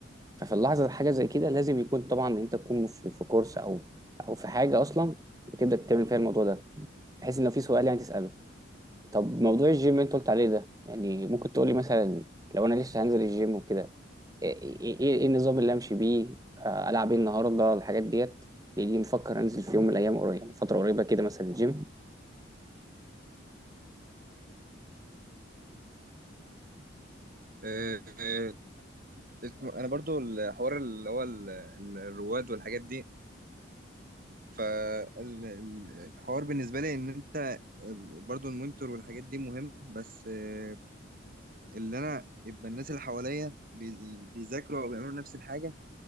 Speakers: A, on the right; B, on the right.
A: ففي اللحظه حاجه زي كده لازم يكون طبعا انت تكون في, في كورس او او في حاجه اصلا بتبدا تعمل فيها الموضوع ده بحيث ان لو في سؤال يعني تساله طب موضوع الجيم اللي انت قلت عليه ده يعني ممكن تقولي مثلا لو انا لسه هنزل الجيم وكده ايه ايه ايه إيه النظام اللي امشي بيه آه، العب ايه النهارده الحاجات ديت لاني مفكر انزل في يوم من الايام قريب يعني فتره قريبه كده مثلا الجيم
B: آه، آه، اسم- انا برضو الحوار اللي هو ال- ال- الرواد والحاجات دي فالحوار بالنسبه لي ان انت آه، برضو المونيتور والحاجات دي مهم بس آه، اللي انا يبقى الناس اللي حواليا بي- بيذاكروا او بيعملوا نفس الحاجه